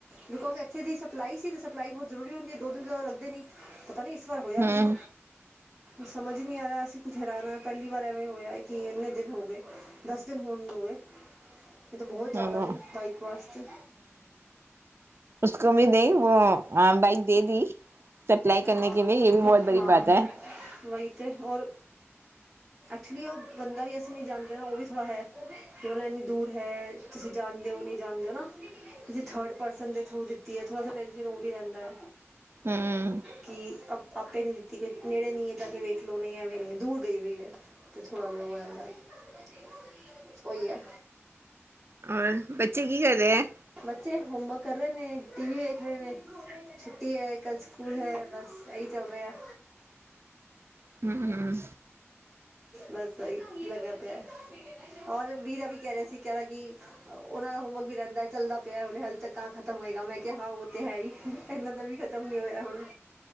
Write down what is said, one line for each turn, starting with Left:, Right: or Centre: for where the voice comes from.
Centre: ਬਿਕੋਜ ਇੱਥੇ ਦੀ ਸਪਲਾਈ ਸੀ ਤੇ ਸਪਲਾਈ ਬਹੁਤ ਜ਼ਰੂਰੀ ਹੁੰਦੀ ਹੈ। ਦੋ ਤਿੰਨਿਆਦਾ ਲੱਗਦੇ ਨੀ ਪਤਾ ਨੀ ਪਰ
Right: ਹਮ
Centre: ਹੋਇਆ ਕਿ ਸਮਝ ਨਹੀਂ ਆ ਰਿਹਾ ਅਸੀਂ ਕੁੱਥ ਹੈਰਾਨ ਪਹਿਲੀ ਵਾਰ ਐ ਹੋਇਆ ਕਿ ਇੰਨੇ ਦਿਨ ਹੋ ਗਏ ਦਸ ਦਿਨ ਹੋਣ ਨੂੰ ਹੋ ਗਏ। ਇਹ ਤਾਂ ਬਹੁਤ ਜ਼ਿਆਦਾ
Right: ਹਮ
Centre: ਨੇ ਬਾਈਕ ਵਾਸਤੇ
Right: ਉਸਕ ਵੀ ਦੇ ਬਾਈਕ ਦੇ ਦੀ <unintelligible> ਸਪਲਾਈ ਕਰਨ
Centre: ਹਾਂ
Right: ਕੀ ਇਹ
Centre: ਉਹੀ
Right: ਵੀ ਬਹੁਤ
Centre: ਤੇ
Right: ਬੜੀ
Centre: ਹਾਂ
Right: ਬਾਤ ਹੈ।
Centre: ਵਹੀ ਤੇ ਹੋਰ ਉੱਥੇ ਵੀ ਉਹ ਬੰਦਾ ਵੀ ਅਸੀਂ ਨਹੀਂ ਜਾਂਦਾ ਨਾ ਉਹ ਵੀ ਥੋੜ੍ਹਾ ਹੈ। ਕਿ ਮਤਲਬ ਇੰਨੀ ਦੂਰ ਹੈ। ਤੁਸੀਂ ਜਾਣ ਓ ਨਈ ਜਾਂਦੇ ਨਾ, ਤੁਸੀਂ ਥੜ ਪਰਸਨ ਦੇ ਥ੍ਰੂ ਦਿੱਤੀ ਏ ਥੋੜਾ ਜਾ ਟੇੰਨਸ਼ਨ ਓਵੀ ਰੈਂਦੈ।
Right: ਹੂੰ।
Centre: ਕਿ ਅਪ ਆਪੇ ਨੀ ਦਿੱਤੀ ਕੋਈ ਨੇੜੇ ਨਈ ਏ, ਜਾ ਕੇ ਵੇਖ ਲੋ ਨਈ ਐਵੇਂ ਨੀ ਦੂਰ ਗਈ ਵੀ ਏ। ਅਤੇ ਥੋੜ੍ਹਾ ਜਾ ਵੋ <inaudible> ਹੋ ਜਾਂਦਾ ਏ ਓਈ ਐ।
Right: ਔਰ, ਬੱਚੇ ਕੀ ਕਰ ਰੈ ਐ?
Centre: ਬੱਚੇ ਹੋਮੰਬਕ ਕਰ ਰਏ ਨੇ, ਟੀ ਵੀ ਵੇਖ ਰਏ ਨੇ ਛੁੱਟੀ ਏ ਕੱਲ ਸੂਕੂਲ ਹੇ ਬਸ ਏਈ ਚਲ ਰੇਆ।
Right: ਹੂੰ, ਹੂੰ।
Centre: ਬਸ, ਵਈ <unintelligible> ਔਰ ਵੀਰਾ ਵੀ ਕੈ ਰੇਆ ਸੀ ਕੈਰਾ ਕਿ ਅ ਓਨਾਂ ਦਾ ਹੋਮੰਵਕ ਵੀ ਰੈਂਦਾ ਏ ਚੱਲਦਾ ਪੇਆ ਹੂਨੇ ਹਲ ਤੱਕ ਕਾਂ ਖਤਮ ਹੋਏਗਾ, ਮੈਂ ਕੇਆ ਹਾਂ ਓ ਤੇ ਹੈ ਈ ਏਨਾਂ ਦਾ ਵੀ ਖਤ ਖਤਮ ਨੀ ਹੋਏਆ ਹੁਣੇ?